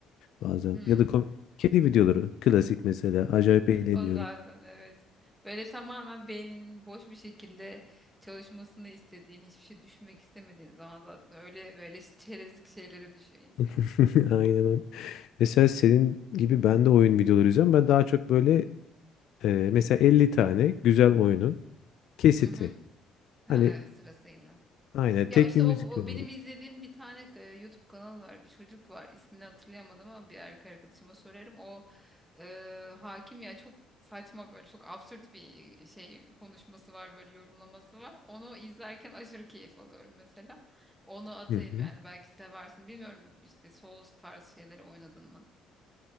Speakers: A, on the left; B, in the centre.
A: bazen.
B: Hmm.
A: Ya da kom- kedi videoları klasik mesela acayip eğleniyorum.
B: O zaten evet. Böyle tamamen beyninin boş bir şekilde çalışmasını istediğin, hiçbir şey düşünmek istemediğin zaman zaten öyle böyle çerezlik şeylere düşüyor insan.
A: <laughs> Aynen öyle. Mesela senin gibi ben de oyun videoları izliyorum. Ben daha çok böyle e, mesela 50 tane güzel oyunun kesiti.
B: Hı hı. Ha
A: Hani
B: evet sırasıyla.
A: aynen tek
B: Ya işte
A: bir müzik
B: o,
A: yolları.
B: o benim izlediğim bir tane e, YouTube kanalı var. Bir çocuk var. İsmini hatırlayamadım ama bir erkek arkadaşıma sorarım. O e, hakim ya çok saçma böyle çok absürt bir şey konuşması var böyle yorumlaması var. Onu izlerken aşırı keyif alıyorum mesela. Onu atayım
A: Hı hı.
B: yani belki seversin. Bilmiyorum işte Souls tarzı şeyleri oynadın mı?